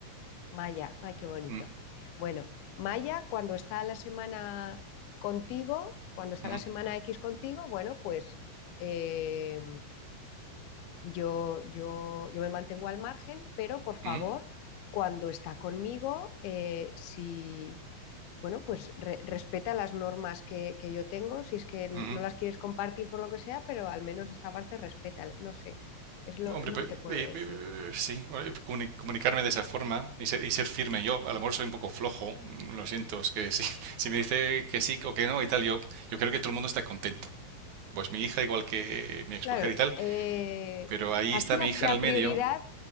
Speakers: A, on the left; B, on the right.
A: Maya, ay, qué bonito.
B: mm,
A: Bueno, Maya, cuando está la semana contigo, cuando está
B: ujú,
A: la semana X contigo, bueno, pues eh, yo, yo, yo me mantengo al margen, pero por favor,
B: ujú,
A: cuando está conmigo, eh, si, bueno, pues re- respeta las normas que, que yo tengo, si es que n-
B: ujú.
A: no las quieres compartir por lo que sea, pero al menos esta parte respeta, no sé, es lo,
B: Hombre,
A: es lo
B: pe-
A: que te puedo
B: eh,
A: decir.
B: eh, sí, eh, comuni- comunicarme de esa forma y ser, y ser firme. Yo, a lo mejor soy un poco flojo, mm, lo siento, es que sí. <laughs> Si me dice que sí o que no y tal, yo, yo creo que todo el mundo está contento. Pues mi hija, igual que mi exmujer
A: Claro,
B: y tal,
A: eh,
B: pero ahí
A: aquí
B: está
A: la,
B: mi hija
A: la
B: en el medio.
A: prioridad